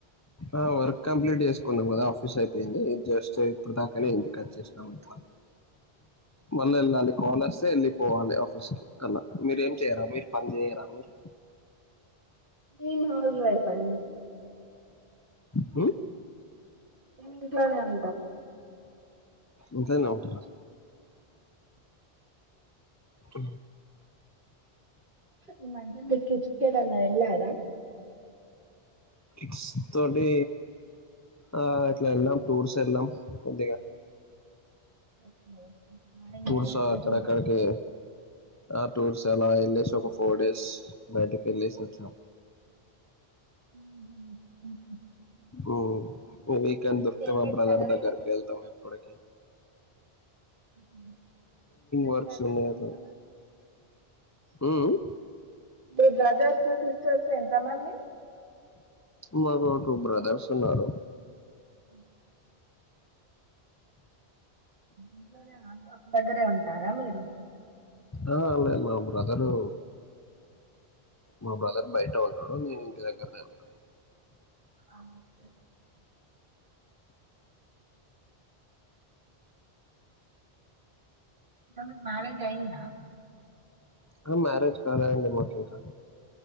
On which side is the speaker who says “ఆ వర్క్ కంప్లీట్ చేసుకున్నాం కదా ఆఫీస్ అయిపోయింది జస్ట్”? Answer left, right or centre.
Left